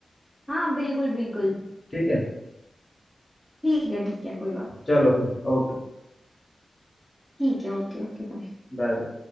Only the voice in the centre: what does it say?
हाँ बिल्कुल बिल्कुल
ठीक है ठीक है कोई बात नहीं
ठीक है ओके Okay bye